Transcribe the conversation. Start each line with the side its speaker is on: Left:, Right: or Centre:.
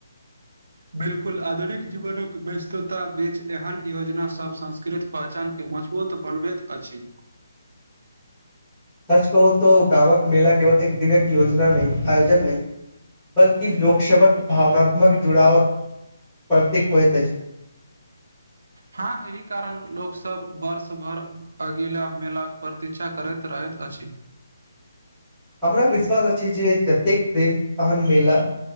Right: बिल्कुल आधुनिक जीवन व्यस्तता बीच एहन योजना सभ संस्कृत पहचानके मजबूत बनबैत अछि
Centre: सच कहू तो गाँवक मेल केवल एक दिनक योजना नहि आयोजन नहि बल्कि लोक सेवक भावनात्मक जुड़ाव प्रतीक होयत छै
Right: हँ एहि कारण लोकोसब वर्ष भर अगिला मेलाक प्रतीक्षा करैत रहैत अछि अछि
Centre: हमरा विश्वास अछि जे जतेक दिन आन मेला